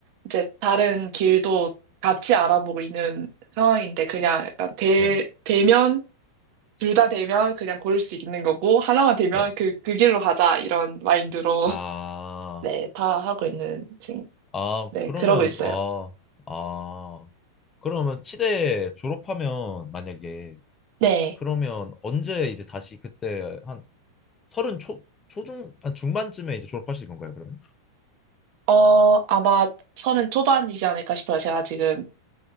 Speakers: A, on the right; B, on the left.
A: 이제 다른 길도 같이 알아보고 있는 상황인데, 그냥 약간 대,
B: 네,
A: 되면, 둘 다 되면 그냥 고를 수 있는 거고, 하나만 되면
B: 네.
A: 그, 그 길로 가자, 이런 마인드로,
B: 아,
A: <laughs> 네, 다 하고 있는, 중-
B: 아,
A: 네,
B: 그러면,
A: 그러고 있어요.
B: 아, 아. 그러면 치대 졸업하면 만약에
A: 네.
B: 그러면 언제 이제 다시 그때 한 서른 초, 초중, 한 중반쯤에 이제 졸업하실 건가요, 그러면?
A: 어, 아마 서른 초반이지 않을까 싶어요. 제가 지금